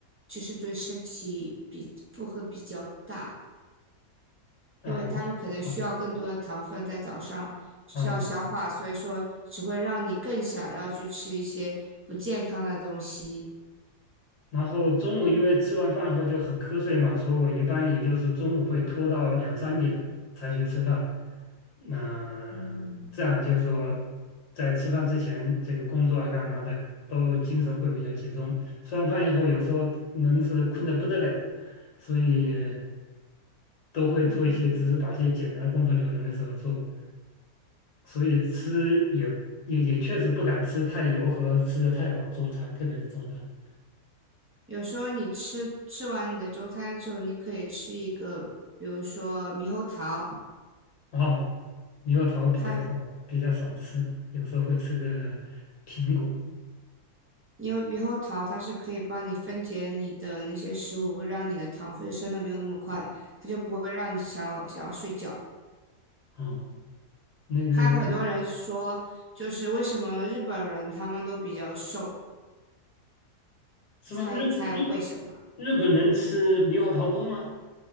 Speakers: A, on the right; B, on the left.
A: 就是对身体比负荷比较大，
B: 呃，
A: 因为他们可能需要更多的糖分在早上需要消化，
B: 啊啊
A: 所以说只会让你更想要去吃一些不健康的东西。
B: 然后中午因为吃完饭后就很瞌睡嘛，所以我一般也就是中午会拖到两三点才去吃饭。那、
A: 嗯
B: 这样就是说，在吃饭之前，这个工作啊干嘛的都精神会比较集中。吃完饭以后，有时候能是困得不得了，所以都会做一些，
A: 嗯。
B: 只是把一些简单的工作留在那时候做。所以吃也也也确实不敢吃太油和吃的太饱中餐，特别是中餐。
A: 有时候你吃吃完你的中餐之后，你可以吃一个，比如说猕猴桃，
B: 哦，猕猴桃比较少，
A: 它
B: 比较少吃，有时候会吃个苹果。
A: 因为猕猴桃它是可以帮你分解你的那些食物，会让你的糖分升的没有那么快，它就不会让你想要想要睡觉。
B: 哦，那个
A: 还有很多人说，就是为什么日本人他们都比较瘦？
B: 是吧？
A: 猜一猜为什么？
B: 日日日本人吃猕猴桃多吗？